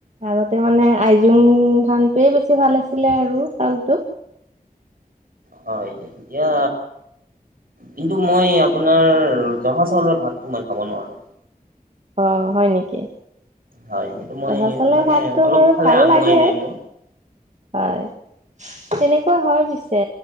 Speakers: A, on the right (about 50°); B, on the right (about 70°).
A: আগতে মানে আইজোং ধানটোৱে বেছি ভাল আছিলে আৰু চাউলটো।
B: হয়, এতিয়া কিন্তু মই আপোনাৰ জহা চাউলৰ ভাতটো মই খাব নোৱাৰোঁ।
A: অ', হয়, নেকি?
B: হয়, সেইটো মই
A: জহা চাউলৰ
B: মানে
A: ভাতটো
B: অলপ
A: বাৰু
B: খালে
A: ভাল
B: আমুৱাই
A: লাগে
B: যায় মোৰ।
A: হয়, তেনেকুৱা হয়, পিছে।